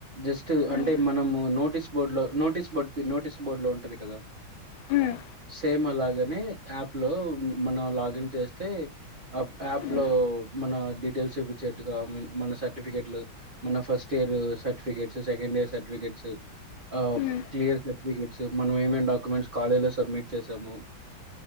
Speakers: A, on the right (about 45°); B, on the left (about 80°).
A: జస్ట్ అంటే
B: ఉమ్.
A: మనము నోటీస్ బోర్డులో నోటీస్ బోర్డు పిన్ నోటీస్ బోర్డులో ఉంటది కదా
B: హ్మ్.
A: సేమ్ అలాగనే యాప్లో మన లాగిన్ చేస్తే అప్ యాప్లో
B: హ్మ్.
A: మన డీటెయిల్స్ చూపించేట్టుగా మి మన సర్టిఫికెట్లు మన first year certificates second year certificates ఆహ్
B: హ్మ్.
A: క్లియర్ సర్టిఫికేట్స్ మనం ఏమేం డాక్యుమెంట్స్ కాలేజ్ లో సబ్మిట్ చేసము